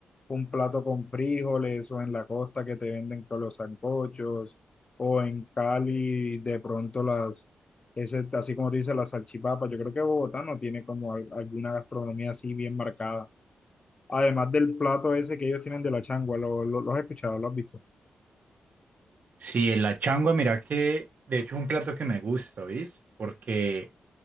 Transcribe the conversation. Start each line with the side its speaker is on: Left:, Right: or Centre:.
Left: un plato con frijoles, o en la costa que te venden con los sancochos, o en Cali de pronto las, ese, así como dice las salchipapas, yo creo que Bogotá no tiene como al- alguna gastronomía así bien marcada. Además del plato ese que ellos tienen de la changua, ¿lo, lo, lo has escuchado? ¿Lo has visto?
Right: Sí, la changua, mira que de hecho es un plato que me gusta, ¿viste? Porque